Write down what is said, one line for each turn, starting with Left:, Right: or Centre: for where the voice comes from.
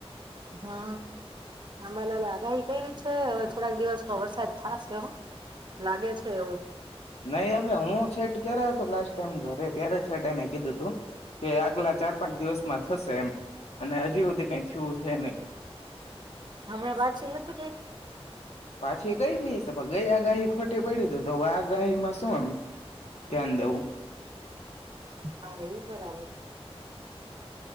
Right: હમ અંબાલાલે આગાહી કઇરી છે હવે થોડાક દિવસ તો વરસાદ થાશે હો લાગે છે એવું
Left: નહી હવે હું છેટ ક્યારે હતો લાસ્ટ ટાઈમ ઘરે ત્યારે છેટ એને કીધું તું કે આગલા ચાર પાંચ દિવસમાં થશે એમ અને હજી હુધી કઈ થીયુ છે નય
Right: હમણાં વાતચીત નથી કયરી
Left: પાછી કઈ રી હશે પણ ગઈ આગાહી ખોટી પઈડીતી તો હવે આગાહીમાં શું એમ ધ્યાન દેવું?
Right: હા ઈ બરાબર